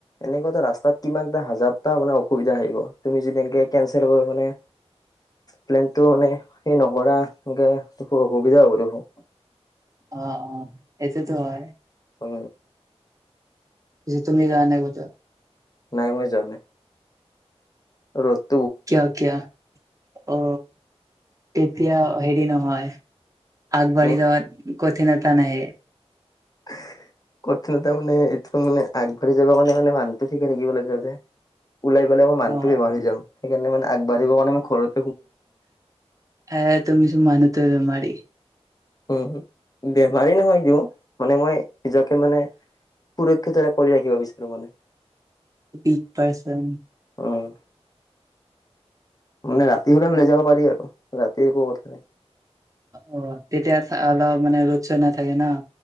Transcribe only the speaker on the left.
এনেকোৱা এটা ৰাস্তাত কিমান এটা হাজাৰটা মানে অসুবিধা আহিব, তুমি যদি এনেকে কেনচেল কৰা মানে প্লেনটো মানে সেই নকৰা এনেকে দেখো, অসুবিধা হ'ব দেখোন।
অ।
নাই মই জোৱা নাই ৰদ
উম
এ হু কঠিনতা মানে এইটো মানে আগবাঢ়ি যাব কাৰণে মানে মানুটো ঠিকে থাকিব লাগিব যে। ওলাই গ'লে মই মানুহটোৱে
বেমাৰ হৈ যাম সেইকাৰণে মানে মই আগবাঢ়িব মানে ম ঘৰত।
উম বেমাৰী নহয় দিও মানে মই নিজকে মানে প এটা কৰি ৰাখিব বিচাৰো মানে।
উম মানে ৰাতি হলে ওলাই যাব পাৰি আৰু ৰাতিৰ একো কথা নাই।